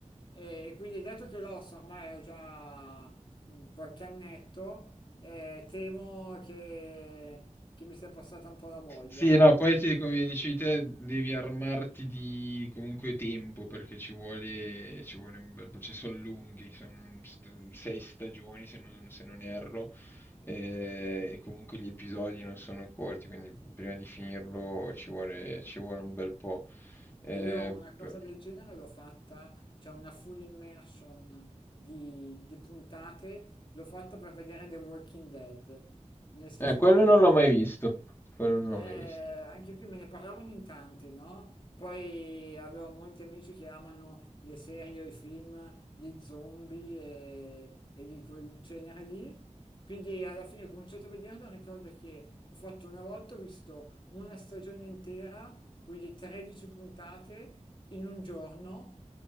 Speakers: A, on the left (about 40°); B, on the left (about 20°).
A: E, e quindi dato che l'Ossa ormai ha già qualche annetto, eh, temo che, che mi sia passata un po' la voglia,
B: Sì,
A: ecco.
B: no, poi ti- come dici te, devi armarti di comunque tempo perché ci vuole, ci vuole un bel po', cioè sono lunghi, sono st- sei stagioni se non, se non erro, eh, e comunque gli episodi non sono corti, quindi prima di finirlo ci vuole, ci vuole un bel po'. Eh,
A: E io una cosa
B: per-
A: del genere l'ho fatta, cioè una full immersion di, di puntate, l'ho fatta per vedere The Walking Dead, nel senso
B: eh, quello
A: che
B: non l'ho mai visto, quello non l'ho
A: eh,
B: mai visto.
A: anche qui me ne parlavano in tanti, no? Poi avevo molti amici che amano le serie o i film di zombie e, e di quel genere lì. Quindi alla fine ho cominciato a vederlo, ricordo che ho fatto una volta, ho visto una stagione intera, quindi 13 puntate in un giorno